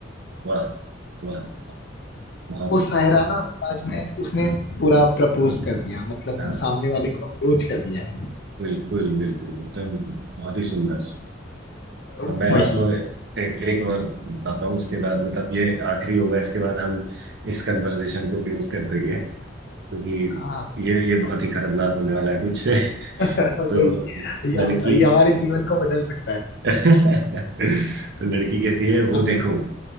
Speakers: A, on the right; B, on the left.
A: वाह वाह वाह, बहुत
B: वो
A: ही
B: शायराना अंदाज में उसने पूरा प्रपोज कर दिया मतलब
A: हाँ
B: सामने वाले को अप्रोच कर दिया
A: बिल्कुल बिल्कुल एकदम बहुत ही सुंदर
B: है
A: तो मैं
B: वही
A: आपको एक एक और बताता हूँ उसके बाद मतलब ये आखिरी होगा इसके बाद हम इस कन्वर्सेशन को क्लोज कर देंगे क्योंकि
B: हाँ
A: ये ये बहुत ही खतरनाक होने वाला है कुछ <laughs>
B: <laughs> वही
A: तो
B: ये
A: लड़की
B: ये हमारे जीवन को बदल सकता है
A: <laughs> तो लड़की कहती है वो
B: हाँ
A: देखो
B: बताइए